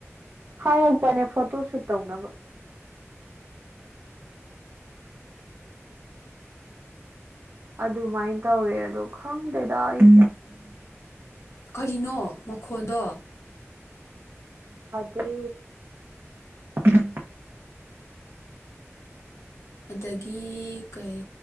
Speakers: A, on the right; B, on the left.
A: ꯍꯥꯏꯔꯛꯄꯅꯦ ꯐꯣꯇꯣ ꯁꯨꯠ ꯇꯧꯅꯕ ꯑꯗꯨꯃꯥꯏꯅ ꯇꯧꯋꯦ ꯑꯗꯣ ꯈꯪꯗꯦꯗ ꯑꯩ
B: ꯀꯔꯤꯅꯣ ꯃꯈꯣꯟꯗꯣ
A: ꯗꯦ <unintelligible> <inaudible>
B: ꯑꯗꯒꯤ ꯀꯩ